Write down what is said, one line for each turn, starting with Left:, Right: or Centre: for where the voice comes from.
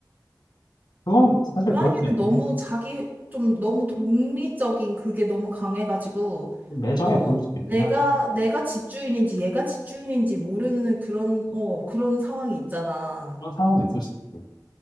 Left: 그건 사실
Right: 고양이는
Left: 그럴 수도 있긴
Right: 너무 자기, 좀 너무 독립적인 그게 너무 강해가지고,
Left: 해좀 매정해
Right: 어,
Left: 보일 수도 있긴
Right: 내가,
Left: 하지
Right: 내가 집주인인지 얘가 집주인인지 모르는 그런, 어, 그런 상황이 있잖아.
Left: 그런 상황도 있을 수 있지.